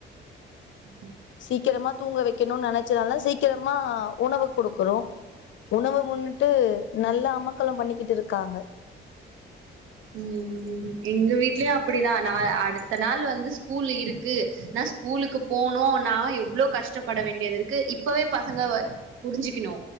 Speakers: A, on the right; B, on the left.
A: ம் <inaudible>
B: சீக்கிரமா தூங்க வைக்கணு நனைச்சால சீக்கிரமா உணவு குடுக்கறோ உணவு உண்னுட்டு நல்ல அமக்கலம் பண்ணிக்கிட்டு இருக்காங்க
A: ம் எங்க வீட்லயு அப்டிதா நா அடுத்த நாள் வந்து ஸ்கூல் இருக்கு நா ஸ்கூலுக்கு போனுனா எவ்ளோ கஷ்ட பட வேண்டியது இருக்கு இப்பவே பசங்க வ புரிஞ்சுக்குணு